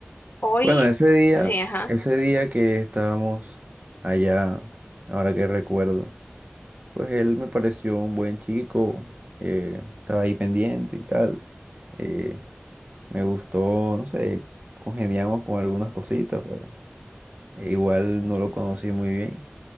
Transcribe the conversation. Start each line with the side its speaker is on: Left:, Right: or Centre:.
Left: Hoy,
Right: Bueno, ese día,
Left: sí, ajá,
Right: ese día que estábamos allá, ahora que recuerdo, pues él me pareció un buen chico, eh, estaba ahí pendiente y tal. eh, me gustó, no sé, congeniamos con algunas cositas, pero eh, igual no lo conocí muy bien.